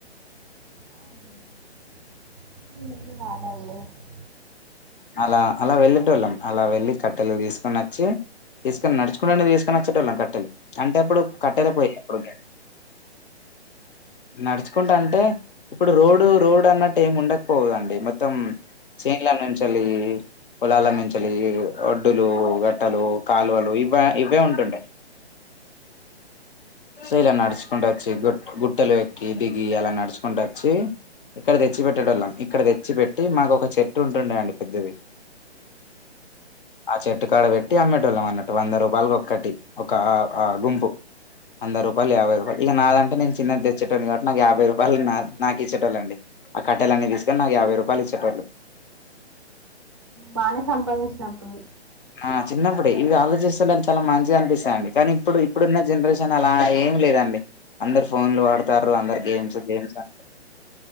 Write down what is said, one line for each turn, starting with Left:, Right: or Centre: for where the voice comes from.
Right: <inaudible>
Left: అలా అలా వెళ్ళేటోల్లం అలా వెళ్లి కట్టెలు తీసుకుని వచ్చి తీసుకని నడుచుకుంటనే తీసుకుని నచ్చే వాళ్ళం కట్టెలు అంటే అప్పుడు కట్టెల పొయ్యి అప్పటికే నడుచుకుంటా అంటే ఇప్పుడు రోడ్ రోడ్ అన్నట్టు ఏమి ఉండకపోదండి మొత్తం చెన్లొ నుంచిళ్ళ పొలాల నుంచి వెళ్ళి ఒడ్డులు, గట్టలు, కాలువలు ఇవే ఇవే ఉంటుండే సో ఇలా నడుచుకుంట వచ్చి గు గుట్టలు ఎక్కి, దిగి అలా నడుచుకుంట వచ్చి ఇక్కడ తెచ్చిపెట్టేడొళ్ళం ఇక్కడ తెచ్చి పెట్టి మాకు ఒక చెట్టు ఉంటుండే అండి పెద్దది ఆ చెట్టుకాడ వెట్ ట్టి అమ్మేటోల్లం అన్నట్టు వంద రూపాయలకి ఓక్కటి ఒక గుంపు వంద రూపాయలు, యాభై రూపాయలు ఇక నాదంటే నేను చిన్నది తెచ్చేటోడ్ని నాకు యాభై రూపాయలు నాకు ఇచ్చేటోళ్ళండి ఆ కట్టెలన్నీ తీసుకొని నాకు యాభై రూపాయలు ఇచ్చేటోళ్ళు
Right: బానే సంపాదించినప్పుడు
Left: ఆ చిన్నప్పుడే ఇవి ఆలోచిస్తుంటె చాలా మంచిగా అనిపిస్తాదిండి. కానీ ఇప్పుడు ఇప్పుడున్న జనరేషన్ అలా ఏం లేదండి అందరు ఫోన్లు వాడతారు. అందరు గేమ్స్ గేమ్స్ అ